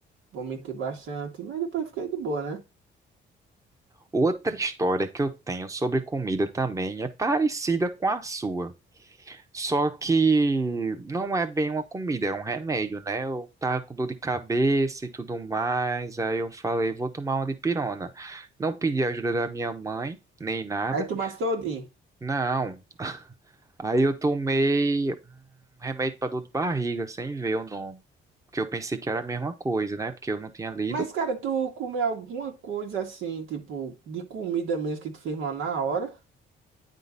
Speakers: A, on the right; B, on the right.
A: vomitei bastante, mas depois fiquei de boa, né?
B: Outra história que eu tenho sobre comida também é parecida com a sua. Só que não é bem uma comida, era um remédio, né? Eu tava com dor de cabeça e tudo mais, aí eu falei, vou tomar uma dipirona. Não pedi ajuda da minha mãe, nem nada,
A: Aí tu mas todinho.
B: não. Aí eu tomei um remédio para dor de barriga, sem ver o nome, porque eu pensei que era a mesma coisa, né? Porque eu não tinha lido.
A: Mas, cara, tu comeu alguma coisa assim, tipo, de comida mesmo que tu fez mal na hora?